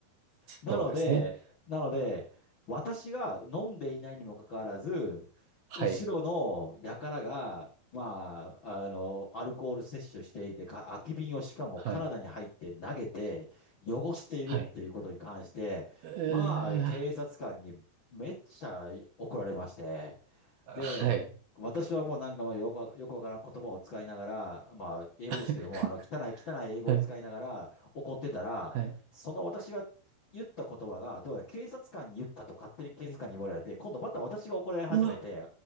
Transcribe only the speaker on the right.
そうですね。
はい。
はい。
はい。うー、
はい。
<laughs>
はい。はい。
うわ、